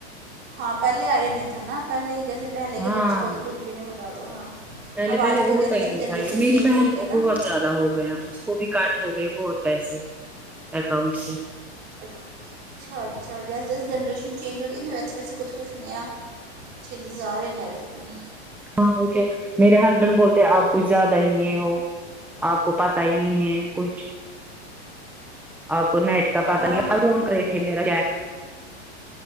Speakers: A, on the right (about 30°); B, in the centre.
A: ہاں پہلے آیا نہیں تھا نا پہلے جیسے پہلے کے
B: ہاں
A: بچوں کو تو کچھ بھی نہیں بتاتا تھا
B: پہلے
A: اب
B: پہلے
A: آج
B: ہوتا
A: کل جیسے جیسے
B: ہی نہیں
A: جنریشن
B: تھا یہ میری
A: چینج
B: بہن
A: ہو رہی ہے
B: کو
A: نا
B: بہت زیادہ ہو گیا اس کو بھی کٹ ہو گئے بہت پیسے اکاؤنٹ سے
A: اچ اچھا اچھا جیسے جیسے جنریشن چینج ہو گئی نہ ویسے ویسے کچھ کچھ نیا چینجیز آ رہے ہیں لائف میں
B: ہاں اوکے میرے ہسبینڈ بولتے آپ کچھ زیادہ ہی ہے وہ آپ کو پتا ہی نہیں ہے کچھ آپ کو نیٹ کا
A: ہاں
B: پتا نئی ہے کل فون کرے تھے میرا چیک